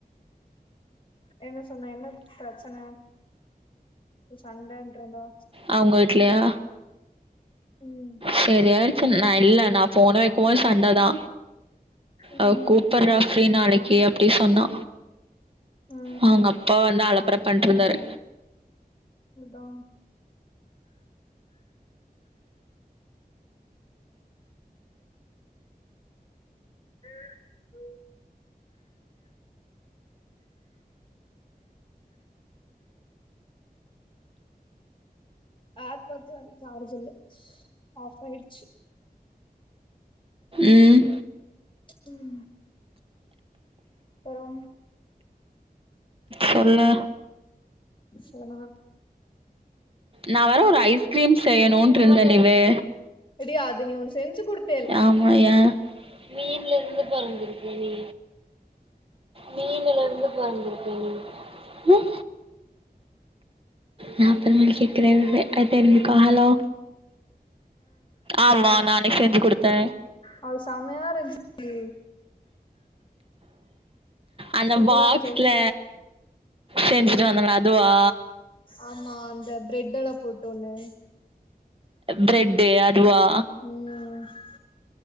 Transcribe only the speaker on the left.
என்ன சொன்ன என்ன ப்ரெச்சன எது சண்டன்டுருந்தா
ம்
ம்
ஆ
அதா அ ஏர் பட்ஸு வேற சார்ஜ் இல்ல ஆஃப் ஆயிடுச்சு
ம் அப்பறம்
சொல்லுனா
எடி அது நீ ஒன் செஞ்சு குடுத்
அ அது சம்மையாருந்ச்சுடி
சூப்பரா
இருந்துச்சு
ஆமா அந்த பிரட்டுல போட்டு ஒண்ணு
உம்